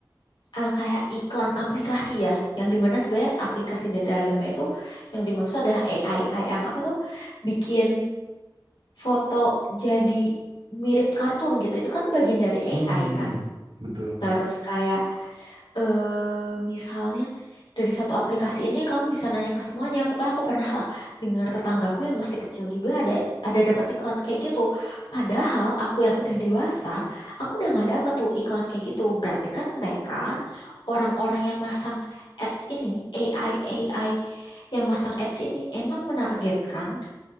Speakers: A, on the left; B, on the right.
A: eh, kayak iklan aplikasi ya, yang dimana sebenarnya aplikasi di dalamnya itu yang dimaksud adalah AI kayak yang apa tuh bikin foto jadi mirip kartun gitu. Itu kan bagian dari
B: Hmm,
A: AI
B: hmm, hmm,
A: kan.
B: hmm. betul.
A: Terus kayak eh misalnya dari satu aplikasi ini kamu bisa nanya ke semuanya. Pokoknya aku pernah lah dengar tetanggaku yang masih kecil juga ada ada dapat iklan kayak gitu. Padahal aku yang udah dewasa, aku udah nggak dapat tuh iklan kayak gitu. Berarti kan mereka orang-orang yang masang ads ini AI AI yang masang ads ini emang menargetkan